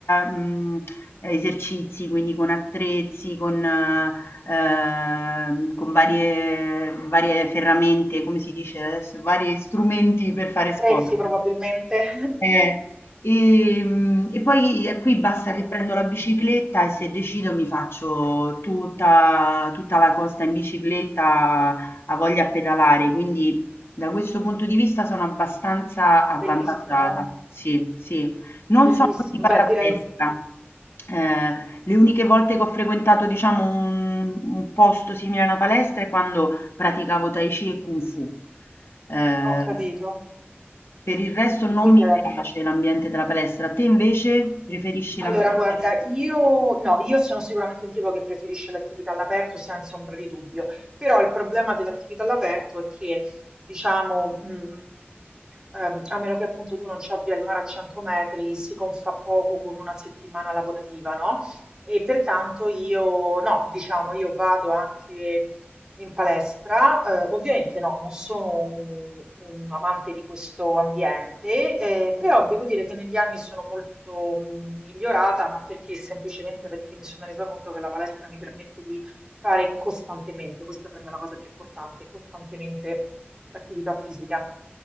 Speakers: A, on the left; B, on the right.
A: ehm, esercizi, quindi con attrezzi, con, eh, ehm, con varie, varie ferramente, come si dice adesso, vari strumenti per fare sport.
B: Prezzi probabilmente. <laughs>
A: Eh, ehm, e, poi eh, qui basta che prendo la bicicletta e se decido mi faccio tutta, tutta la costa in bicicletta, a voglia a pedalare, quindi da questo punto di vista sono abbastanza avvantaggiata.
B: Bellissimo,
A: Sì, sì. Non
B: bellissimo.
A: sono tipo
B: Beh,
A: da
B: direi,
A: palestra. Eh, le uniche volte che ho frequentato, diciamo, un, un posto simile a una palestra è quando praticavo Tai Chi e Kung Fu. Eh,
B: ho capito.
A: per il resto
B: Che
A: non
B: quindi
A: mi
B: era
A: piace l'ambiente della palestra, te invece preferisci
B: Allora,
A: l'ambiente?
B: guarda, io, no, io sono sicuramente un tipo che preferisce l'attività all'aperto senza ombra di dubbio, però il problema dell'attività all'aperto è che, diciamo, mh, ehm, a meno che appunto tu non ci abbia il mare a 100 metri, si confà poco con una settimana lavorativa, no? E pertanto io, no, diciamo, io vado anche in palestra, eh, ovviamente no, non sono un, un amante di questo ambiente, eh, però devo dire che negli anni sono molto mh, migliorata, ma perché? Semplicemente perché mi sono resa conto che la palestra mi permette di fare costantemente, questa per me è la cosa più importante, costantemente attività fisica.